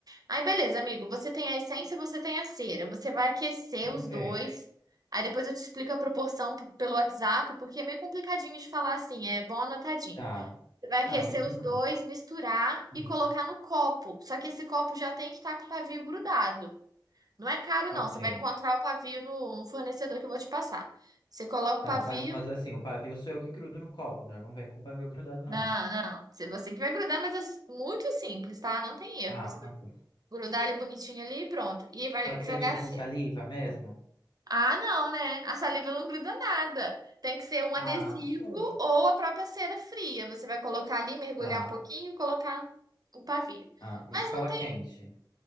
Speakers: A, on the right (about 50°); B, on the left (about 70°).
A: Aí, beleza, amigo. Você tem a essência, você tem a cera. Você vai aquecer
B: Ok.
A: os dois. Aí depois eu te explico a proporção p- pelo WhatsApp, porque é meio complicadinho de falar assim, é bom anotadinho.
B: Tá.
A: Você vai aquecer
B: Não, bem tranquilo.
A: os dois, misturar
B: Hum.
A: e colocar no copo. Só que esse copo já tem que estar com o pavio grudado. Não é caro,
B: Ok,
A: não. Você vai encontrar o pavio no no fornecedor que eu vou te passar. Você coloca
B: tá.
A: o pavio.
B: Mas, mas assim, o pavio sou eu que grudo no copo, né? Não vem com o pavio grudado, não,
A: Não,
B: né?
A: não. Você você que vai grudar, mas é s- muito simples, tá? Não tem erro.
B: Ah,
A: Você vai
B: ok.
A: grudar ele bonitinho ali e pronto. E vai
B: Pode
A: jogar
B: ser tipo
A: a cera.
B: com saliva mesmo?
A: Ah, não, né? A saliva não gruda nada. Tem que ser um adesivo
B: Ah, sim.
A: ou a própria cera fria. Você vai colocar ali, mergulhar
B: Tá.
A: um pouquinho, colocar o pavio.
B: Ah, e
A: Mas
B: cola
A: não tem
B: quente.